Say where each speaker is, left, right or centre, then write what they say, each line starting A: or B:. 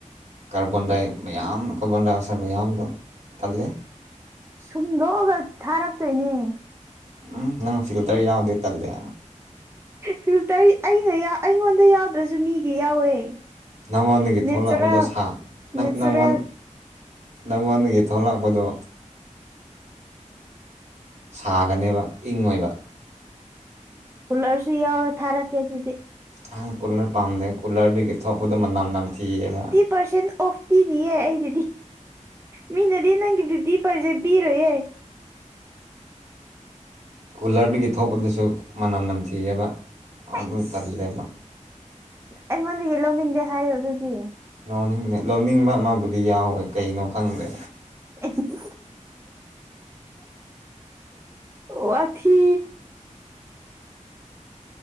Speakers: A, on the right; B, on the right.
A: ꯀꯔꯔꯕꯣꯟꯟꯗꯥꯏ ꯃꯌꯥꯝ ꯀꯕꯣꯟꯗꯥꯏ ꯑꯁꯥꯏ ꯃꯌꯥꯝꯗꯣ ꯇꯜꯂꯦ
B: ꯁꯨꯝꯗꯣꯛꯑꯒ ꯊꯥꯔꯛꯇꯣꯏꯅꯦ
A: ꯎꯝ ꯅꯪ ꯐꯤꯜꯇꯔ ꯌꯥꯎꯗꯦ ꯇꯜꯂꯦ
B: ꯐꯇꯔꯤ ꯑꯩꯅ ꯑꯩꯉꯣꯟꯗ ꯌꯥꯎꯗ꯭ꯔꯁꯨ ꯃꯤꯒꯤ ꯌꯥꯎꯋꯦ
A: ꯅꯪꯉꯣꯟꯗꯒꯤ
B: ꯅꯦꯆꯔꯦꯜ
A: ꯊꯣꯛꯂꯛꯕꯗꯣ ꯁꯥ
B: ꯅꯦꯆꯔꯦꯜ
A: ꯅꯪꯉꯣꯟ ꯅꯉꯣꯟꯗꯒꯤ ꯊꯣꯛꯂꯛꯄꯗꯣ ꯁꯥꯒꯅꯦꯕ ꯏꯉꯣꯏꯕ
B: ꯀꯨꯂꯔꯁꯨ ꯌꯥꯎꯔ ꯊꯥꯔꯛꯀꯦ ꯑꯗꯨꯗꯤ꯫
A: ꯑꯍꯪ ꯀꯨꯜꯂꯔ ꯄꯥꯝꯗꯦ ꯀꯨꯜꯂꯔꯗꯒꯤ ꯊꯣꯛꯄꯗꯣ ꯃꯅꯝ ꯅꯝꯊꯤꯌꯦꯕ꯫
B: ꯄꯔꯁꯦꯟ ꯑꯣꯐ ꯄꯤꯅꯤꯌꯦ ꯑꯩꯗꯤ ꯃꯤꯅꯗꯤ ꯅꯪꯒꯤ ꯐꯤꯇꯤ꯫ ꯐꯔꯁꯦ ꯄꯤꯔꯣꯏꯌꯦ꯫
A: ꯀꯨꯂꯔꯗꯨꯒꯤ ꯊꯣꯛꯄꯗꯁꯨ ꯃꯅꯝ ꯅꯝꯊꯤꯑꯕ ꯑꯗꯨ
B: ꯑꯩꯁ
A: ꯇꯜꯂꯦꯕ
B: ꯑꯩꯉꯣꯟꯗꯒꯤ ꯂꯧꯅꯤꯡꯗꯦ ꯍꯥꯏꯌꯣ ꯑꯗꯨꯗꯤ
A: ꯂꯧꯅꯤꯡꯗꯦ ꯂꯧꯅꯤꯡꯕ ꯑꯃꯕꯨꯗꯤ ꯌꯥꯎꯋꯦ ꯀꯩꯅꯣ ꯈꯪꯗꯦ꯫
B: <inaudible> ꯋꯥꯊꯤ꯫